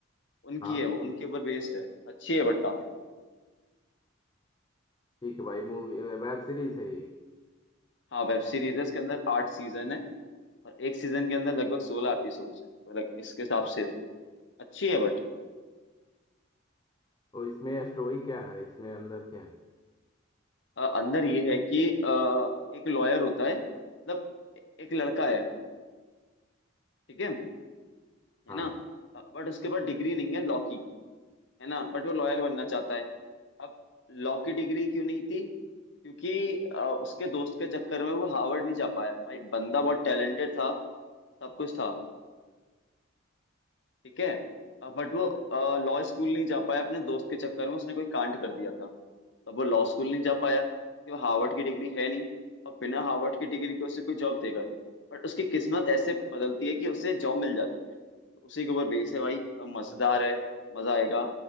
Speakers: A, on the left; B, on the left.
A: उनकी
B: हाँ
A: है वो उनके ऊपर बेस्ड है अच्छी है बट काफी
B: ठीक है भाई मूवी वेब सीरीज है ये
A: हाँ वेब सीरीज है इसके अंदर आठ सीजन है और एक सीजन के अंदर लगभग सोलह एपिसोड्स हैं तो like इसके हिसाब से तो अच्छी है बट
B: तो इसमें स्टोरी क्या है इसमें अंदर क्या है
A: अंदर ये है कि अ, एक लॉयर होता है मतलब एक लड़का है ठीक है है
B: हाँ
A: ना बट उसके पास डिग्री नहीं है लॉ की है ना बट वो लॉयर बनना चाहता है अब लॉ की डिग्री क्यों नहीं थी क्योंकि अ, उसके दोस्त के चक्कर में वो हार्वर्ड नहीं जा पाया भाई बंदा बहुत टैलेंटेड था सब कुछ था ठीक है बट वो लॉ स्कूल नहीं जा पाया अपने दोस्त के चक्कर में उसने कोई कांड कर दिया था तब वो लॉ स्कूल नहीं जा पाया क्योंकि वो हार्वर्ड की डिग्री है नहीं और बिना हार्वर्ड की डिग्री के उसे कोई जॉब देगा नहीं बट उसकी किस्मत ऐसे बदलती है कि उसे जॉब मिल जाती है तो उसी के ऊपर बेस है भाई अ, मजेदार है मजा आएगा